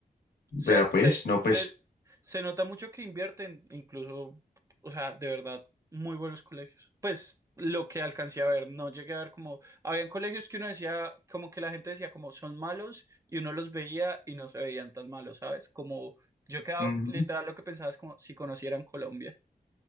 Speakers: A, on the left; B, on the right.
A: Vea,
B: Se, se,
A: pues, no,
B: se,
A: pues,
B: se nota mucho que invierten, incluso, o sea, de verdad, muy buenos colegios. Pues lo que alcancé a ver, no llegué a ver como, habían colegios que uno decía, como que la gente decía como son malos y uno los veía y no se veían tan malos, ¿sabes? Como yo quedaba
A: ujú,
B: literal lo que pensaba es como si conocieran Colombia.